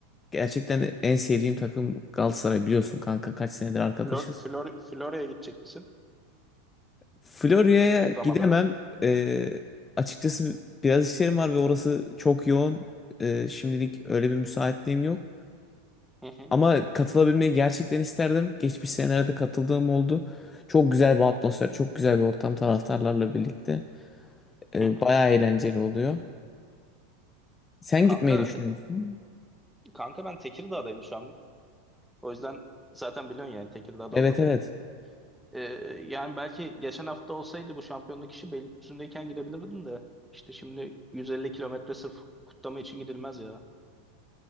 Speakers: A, on the left; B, in the centre.
A: Gerçekten de en sevdiğim takım Galatasaray biliyorsun kanka. Kaç senedir arkadaşız.
B: Flor, Flor, Florya'ya gidecek misin?
A: Florya'ya
B: Kutlamalara.
A: gidemem. Ee, açıkçası biraz işlerim var ve orası çok yoğun. Ee, şimdilik öyle bir müsaitliğim yok.
B: Hı hı.
A: Ama katılabilmeyi gerçekten isterdim. Geçmiş senelerde katıldığım oldu. Çok güzel bir atmosfer, çok güzel bir ortam taraftarlarla birlikte. Ee,
B: Hı hı.
A: bayağı eğlenceli oluyor. Sen
B: Kanka,
A: gitmeyi düşünüyor musun?
B: e, kanka ben Tekirdağ'dayım şu an. O yüzden zaten biliyorsun yani Tekirdağ'da
A: Evet
B: olduğumu.
A: evet
B: Ee, yani belki geçen hafta olsaydı bu şampiyonluk işi Beylikdüzü'ndeyken gidebilirdim de. İşte şimdi 150 kilometre sırf kutlama için gidilmez ya.